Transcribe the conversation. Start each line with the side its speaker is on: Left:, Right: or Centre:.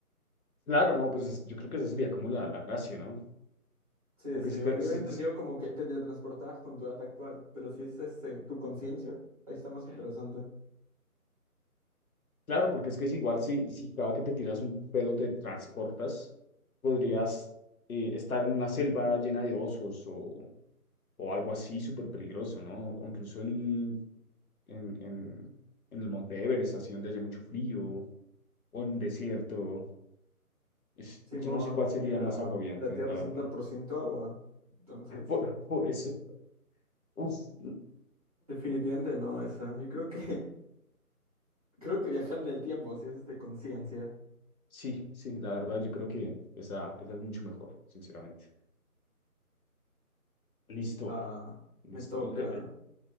Left: claro, no, pues es- yo creo que esa sería como la, la gracia, ¿no?
Right: Sí,
Left: Porque
Right: sí,
Left: si
Right: bueno,
Left: te,
Right: yo
Left: si-
Right: lo he entendido
Left: si-
Right: como que te teletransportabas con tu edad actual, pero si es este, tu conciencia, ahí está más interesante.
Left: claro, porque es que es igual si, si cada que te tiras un pedo te transportas, podrías eh, estar en una selva llena de osos o o algo así súper peligroso, ¿no? O incluso en, un- en, en, en el Monte Everest, así donde haya mucho frío, o en un desierto. Es-
Right: Simón,
Left: yo no sé cuál sería
Right: y la,
Left: más agobiante,
Right: la tierra
Left: la
Right: es 70%
Left: verdad.
Right: agua, entonces.
Left: <laughs> Por, por eso. Uf, no.
Right: Definitivamente no esa. Yo creo que <laughs> creo que viajar en el tiempo, si es este conciencia,
Left: Sí, sí, la verdad yo creo que esa, esa es mucho mejor, sinceramente. Listo,
Right: va,
Left: listo.
Right: me toca.
Left: Eh, eh,